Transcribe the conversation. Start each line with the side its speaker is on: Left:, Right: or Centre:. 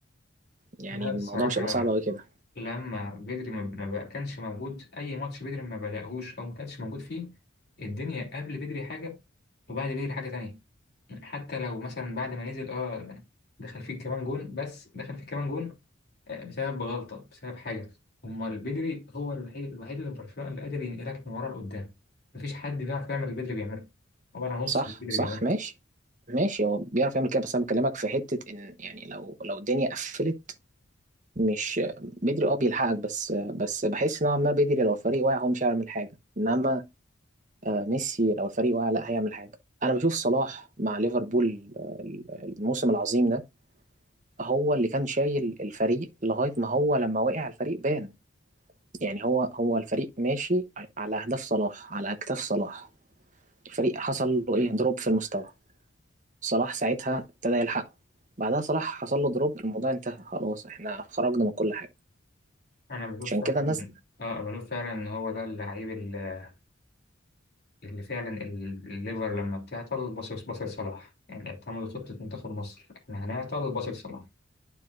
Right: يعني
Left: لا الصراحة
Right: الموضوع مش هيبقى صعب قوي كده
Left: لما بدري ما ما بقى- كانش موجود أي ماتش بدري ما بدأهوش أو ما كانش موجود فيه الدنيا قبل بدري حاجة وبعد بدري حاجة تانية حتى لو مثلا بعد ما نزل اه دخل فيه كمان جون بس دخل فيه كمان جون آه، بسبب غلطة بسبب حاجة أمال بدري هو الوحيد الوحيد اللي في برشلونة اللي قادر ينقلك من ورا لقدام مفيش حد بيعرف يعمل اللي بدري بيعمله هو أنا نص
Right: صح
Left: اللي بدري
Right: صح
Left: بيعمله
Right: ماشي ماشي هو بيعرف يعمل كده بس انا بكلمك في حتة ان يعني لو لو الدنيا قفلت مش بدري اه بيلحقك بس بس بحس نوعا ما بدري لو الفريق واقع هو مش هيعمل حاجة انما آه، ميسي لو الفريق واقع لا هيعمل حاجة انا بشوف صلاح مع ليفربول آه، الموسم العظيم ده هو اللي كان شايل الفريق لغاية ما هو لما وقع الفريق بان يعني هو هو الفريق ماشي على اهداف صلاح على اكتاف صلاح الفريق حصل له ايه دروب في المستوى صلاح ساعتها ابتدى يلحقه بعدها صلاح حصل له دروب الموضوع انتهى خلاص احنا خرجنا من كل حاجة
Left: أنا بشوف
Right: عشان
Left: فعلا
Right: كده الناس
Left: آه بشوف فعلا إن هو ده اللعيب اللي اللي فعلا ال- الليفر لما بتعطل باصص باصص لصلاح يعني اعتمدوا خطة منتخب مصر إحنا هنعطل باصص لصلاح